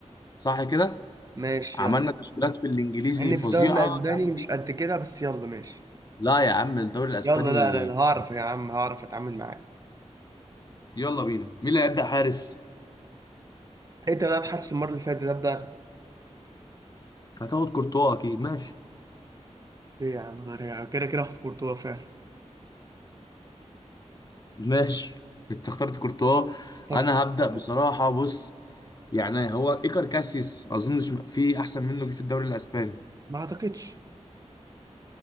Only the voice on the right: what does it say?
ماشي
يلا مع
اني
في الدوري الاسباني
مش قد كده بس يلا ماشي
يلا لا لا لا هعرف يا عم هعرف اتعامل معاك
انت بقى بحدث المره اللي فاتت ده ابدا
ليه يا عم ليه؟ كده كده اخد كورتوا فعلا
طرد
كورتوا.
ما اعتقدش